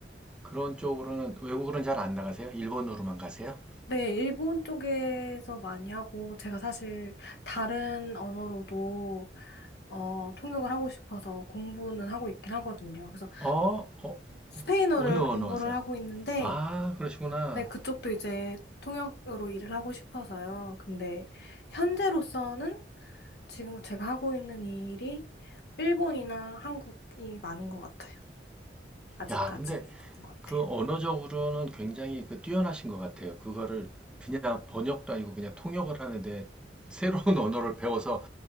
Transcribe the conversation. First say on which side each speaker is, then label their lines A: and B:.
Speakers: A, in the centre; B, on the left (about 65°).
A: 그런 쪽으로는 외국으로는 잘 안 나가세요? 일본으로만 가세요?
B: 네, 일본 쪽에서 많이 하고, 제가 사실 다른 언어로도, 어, 통역을 하고 싶어서 공부는 하고 있긴 하거든요. 그래서
A: 어? 어?
B: 스페인어를
A: 어느 언어
B: 공부를
A: 하세요?
B: 하고 있는데,
A: 아, 그러시구나.
B: 네, 그쪽도 이제 통역으로 일을 하고 싶어서요. 근데 현재로서는 지금 제가 하고 있는 일이 일본이나 한국이 많은 것 같아요. 아직까지는
A: 야, 근데
B: 그런 것
A: 그
B: 같아요.
A: 언어적으로는 굉장히 그 뛰어나신 것 같아요. 그거를 그냥 번역도 아니고 그냥 통역을 하는데 새로운 <laughs> 언어를 배워서